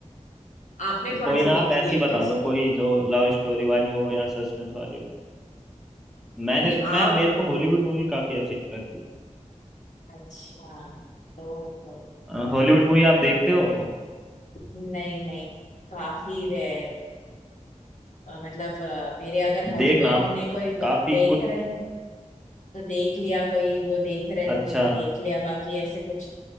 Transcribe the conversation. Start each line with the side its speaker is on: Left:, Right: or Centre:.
Left: आपने
Centre: तो
Left: कौन
Centre: कोई
Left: सी
Centre: ना
Left: देखी
Centre: आप ऐसी
Left: लेटेस्ट
Centre: बता दो कोई जो लव स्टोरी वाली हो या सस्पेंस वाली हो मैंने
Left: नहीं नहीं
Centre: तो
Left: आप
Centre: मैं मेरे को हॉलीवुड मूवी काफी अच्छी लगती
Left: अच्छा तो, तो
Centre: है हॉलीवुड मूवी आप
Left: फिर-
Centre: देखते हो
Left: नहीं नहीं काफी रेयर मतलब अ, मेरे अगर हस्बैंड
Centre: देखना आप
Left: ने
Centre: क-
Left: कोई ब-
Centre: काफी
Left: देख
Centre: कुछ
Left: रहे हैं तो देख लिया कोई वो देख रहे हैं
Centre: अच्छा
Left: तो उसमें देख लिया बाकी ऐसे कुछ